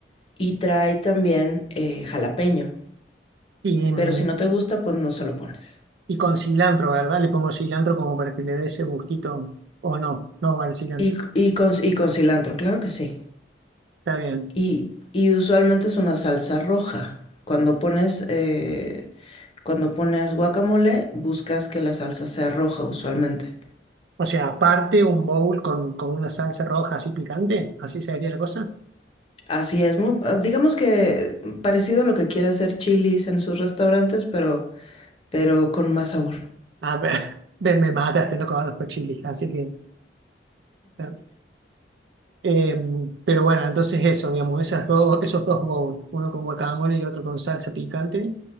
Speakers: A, on the left (about 35°); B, on the right (about 70°).
A: y trae también eh, jalapeño.
B: Y, mm,
A: Pero si no te gusta, pues no se lo pones.
B: Y con cilantro, ¿verdad? Le pongo cilantro como para que le dé ese gustito. O no, no va el cilantro.
A: Y, y, con, y con cilantro, claro que sí.
B: Está bien.
A: Y, y usualmente es una salsa roja. Cuando pones, eh, cuando pones guacamole, buscas que la salsa sea roja usualmente.
B: O sea, aparte un bowl con, con una salsa roja así picante, así sería la cosa.
A: Así es, mu- ah, digamos que mm, parecido a lo que quiere hacer Chili's en sus restaurantes, pero, pero con más sabor.
B: A ver, <laughs> ven, me mataste, no conozco chili, así que. eh, em, pero bueno, entonces eso, digamos, esas dos, esos dos bowls, uno con guacamole y otro con salsa picante,